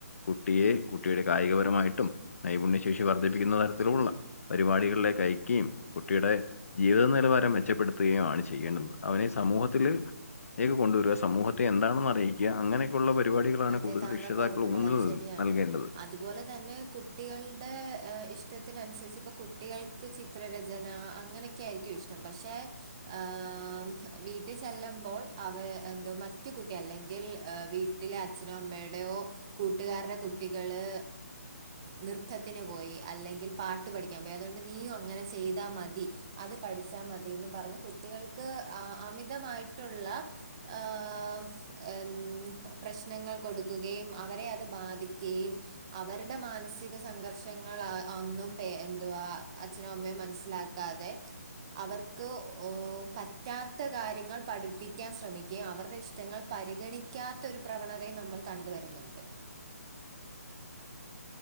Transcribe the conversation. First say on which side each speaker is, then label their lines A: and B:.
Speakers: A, on the left; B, on the right.
A: കുട്ടിയെ കുട്ടിയുടെ കായിക പരമായിട്ടും നൈപുണ്യ ശേഷി വർദ്ധിപ്പിക്കുന്ന തരത്തിലുള്ള പരിപാടികളിലേക്ക് അയക്കിം കുട്ടിയുടെ ജീവിത നിലവാരം മെച്ചപ്പെടുത്തുകയും ആണ് ചെയ്യേണ്ടത് അവനെ സമൂഹത്തില് ലേക്ക് കൊണ്ടുവരുക സമൂഹത്തെ എന്താണെന്ന് അറിയി ക്യാ അങ്ങനെയൊക്കെയുള്ള പരിപാടികളാണ്
B: അതെ
A: കൂടുതൽ
B: താങ്കൾ
A: രക്ഷിതാക്കൾ
B: പറഞ്ഞത്
A: ഊനനൽ
B: വളരെ ശരിയാണ്.
A: നൽകേണ്ടത്
B: അതുപോലെ തന്നെ കുട്ടികളുടെ ഇഷ്ടത്തിന അനുസരിച്ച് ഇപ്പ കുട്ടികൾക്ക് ച്ചി ചിത്ര രചന അങ്ങനെയൊക്കൊയിരിക്കും ഇഷ്ടം പക്ഷേ ആഹ് വീട്ടിൽ ചെല്ലുമ്പോൾ അവ എന്തോ മറ്റു കുട്ടി അല്ലെങ്കിൽ ഏഹ് വി വീട്ടിലെ അച്ഛനോ അമ്മയുടെയോ കൂട്ടുകാരുടെ കുട്ടികള് നൃത്തത്തിന് പോയി അല്ലെങ്കിൽ പാട്ട് പഠിക്കാൻ പോയി അതു കൊണ്ട് നീയും അങ്ങനെ ചെയ്താ മതി അത് പഠിച്ചാ മതീന്ന് പറഞ്ഞു കുട്ടികൾക്ക് ആഹ് അമിതമായിട്ടുള്ള ആഹ് ഏഹ് ന്താ പ്രശ്നങ്ങൾ കൊടുക്കുകയും അവരെ അത് ബാധിക്കുകയും അവരുടെ മാനസിക സംഘർഷങ്ങൾ ഒന്നും എന്തുവാ അച്ഛനും അമ്മയും മനസ്സിലാക്കി ക്കാതെ അവർക്ക് ഓഹ് പറ്റാത്ത കാര്യങ്ങൾ പഠിപ്പിക്കാൻ ശ്രമി ക്ക് അവരുടെ ഇഷ്ടങ്ങൾ പരിഗണിക്കാത്ത ഒരു പ്രവണതയും നമ്മൾ കണ്ട് വരുന്നുണ്ട്